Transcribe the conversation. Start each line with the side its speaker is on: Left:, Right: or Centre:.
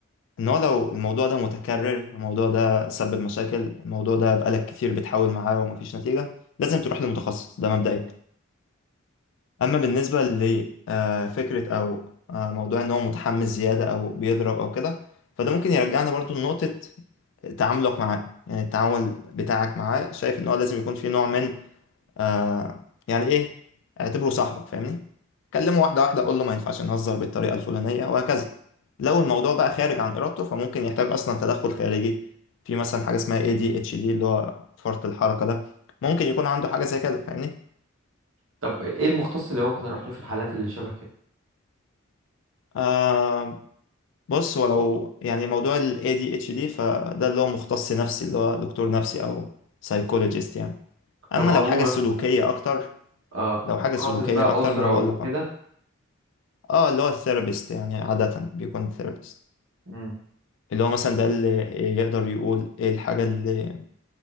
Left: إن هو لو الموضوع ده متكرر الموضوع ده سبب مشاكل الموضوع ده بقالك كتير بتحاول معاه ومفيش نتيجة لازم تروح لمتخصص ده مبدئيا أما بالنسبة لفكرة أو آه، موضوع إن هو متحمس زيادة أو بيضرب أو كده فده ممكن يرجعنا برضو لنقطة تعاملك معاه يعني التعامل بتاعك معاه شايف إن هو لازم يكون في نوع من آه يعني ايه اعتبره صاحبك فاهمني كلمه واحده واحده قول له ما ينفعش نهزر بالطريقه الفلانيه وهكذا لو الموضوع بقى خارج عن ارادته فممكن يحتاج اصلا تدخل خارجي في مثلا حاجه اسمها اي دي اتش دي اللي هو فرط الحركه ده ممكن يكون عنده حاجه زي كده فاهمني
Right: طب إيه المختص اللي ممكن أروح له في الحالات اللي شبه كده؟
Left: آه بص هو لو يعني موضوع ال ADHD فده اللي هو مختص نفسي اللي هو دكتور نفسي أو سايكولوجيست يعني أما
Right: طب عموما
Left: لو حاجة سلوكية أكتر
Right: آه
Left: لو
Right: متخصص
Left: حاجة سلوكية
Right: بقى
Left: أكتر
Right: أسرة
Left: ما أنا بقول
Right: وكده
Left: لك اه اللي هو الثيرابيست يعني عادة بيكون ثيرابيست
Right: مم.
Left: اللي هو مثلا ده اللي يقدر يقول ايه الحاجة اللي